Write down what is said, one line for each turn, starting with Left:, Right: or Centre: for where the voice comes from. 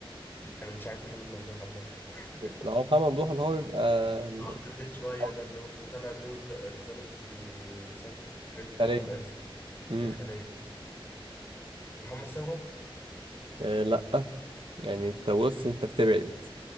Left: انا مش عارف محمد ممدوح عامه <laughs>
Right: لا هو محمد ممدوح اللي هو بيبقى ال-
Left: اه التخين شويه
Right: اه
Left: ده اللي هو كان طالع دور د- الضابط في مسلسل في الفيلم
Right: الخلية
Left: بتاع احمد عز
Right: امم
Left: الخليه محمد ثروت
Right: آه لا يعني انت بص انت بتبعد